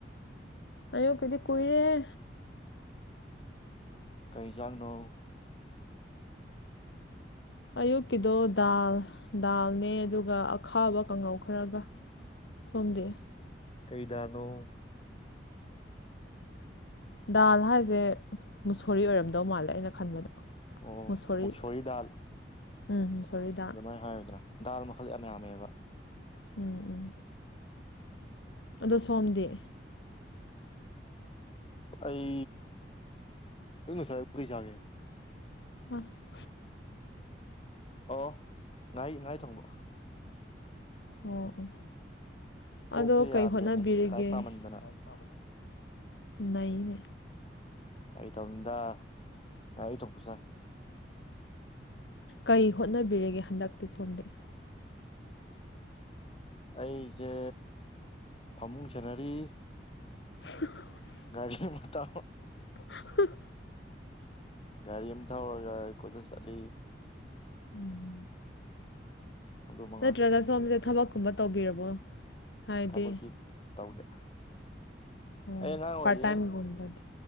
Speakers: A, on the left (about 75°); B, on the left (about 30°).
A: ꯑꯨꯌꯨꯀꯤꯗꯤ ꯀꯨꯏꯔꯦ꯫
B: ꯀꯩꯖꯥꯡꯅꯣ꯫
A: ꯑꯌꯨꯛꯀꯤꯗꯣ ꯗꯥꯜ ꯗꯥꯜꯅꯦ ꯑꯗꯨꯒ ꯑꯈꯥꯕ ꯀꯥꯡꯉꯧ ꯈꯔꯒ꯫ ꯁꯣꯝꯗꯦ꯫
B: ꯀꯩꯗꯅꯣ꯫
A: ꯗꯥꯜ ꯍꯥꯏꯖꯦ ꯃꯨꯁꯣꯔꯤ ꯑꯣꯏꯔꯝꯗꯧ ꯃꯥꯜꯂꯦ ꯑꯩꯅ ꯈꯟꯕꯗ꯫
B: ꯑꯣ
A: ꯃꯨꯁꯣꯔꯤ
B: ꯃꯨꯛꯁꯣꯔꯤ ꯗꯥꯜ
A: ꯎꯝ ꯃꯨꯁꯣꯔꯤꯗꯥꯜ꯫
B: ꯑꯗꯨꯃꯥꯏꯅ ꯍꯥꯏꯔꯗꯅ ꯗꯥꯜ ꯃꯈꯜ ꯌꯥꯝ ꯌꯥꯝꯃꯦꯕ꯫
A: ꯎꯝ ꯎꯝ꯫ ꯑꯗꯣ ꯁꯣꯝꯗꯤ꯫
B: ꯑꯩ ꯑꯩ ꯉꯁꯥꯏꯕꯨ ꯀꯩ ꯆꯥꯒꯦ꯫
A: ꯍꯁ
B: ꯑꯣ ꯉꯍꯩ ꯉꯍꯩ ꯊꯣꯡꯕ
A: ꯑꯣ ꯑꯣ
B: ꯀꯣꯛꯁꯦ
A: ꯑꯗꯣ ꯀꯩ
B: ꯌꯥꯗ꯭ꯔꯦꯅꯦ
A: ꯍꯣꯠꯅꯕꯤꯔꯤꯒꯦ
B: ꯂꯥꯏꯔꯤꯛ ꯄꯥꯃꯟꯗꯅ
A: ꯑꯁ ꯅꯩꯅꯦ
B: ꯏꯇꯣꯝꯗ ꯉꯥꯍꯩ ꯊꯣꯡꯕ ꯆꯥꯏ
A: ꯀꯩ ꯍꯣꯠꯅꯕꯤꯔꯤꯒꯦ ꯍꯟꯗꯛꯇꯤ ꯁꯣꯝꯗꯤ
B: ꯑꯩꯖꯦ ꯐꯃꯨꯡ ꯁꯦꯟꯅꯔꯤ
A: <unintelligible>
B: ꯒꯥꯔꯤꯃ ꯇ
A: ꯍ <unintelligible>
B: ꯒꯥꯔꯤ ꯑꯃ ꯊꯧꯔꯒ ꯑꯩ ꯀꯣꯏꯆꯠ ꯆꯠꯂꯤ
A: ꯎꯝ
B: ꯑꯗꯨ ꯃꯉꯥꯏ
A: ꯅꯠꯇ꯭ꯔꯒ ꯁꯣꯝꯁꯦ ꯊꯕꯛꯀꯨꯝꯕ ꯇꯧꯕꯤꯔꯕꯣ ꯍꯥꯏꯗꯤ
B: ꯊꯕꯛꯇꯤ ꯇꯧꯗꯦ
A: ꯑꯣ
B: ꯑꯩ ꯑꯉꯥꯡ ꯑꯣꯏꯔꯤꯌꯦ
A: ꯄꯥꯔꯠꯇꯥꯏꯝ ꯒꯨꯝꯕꯗꯤ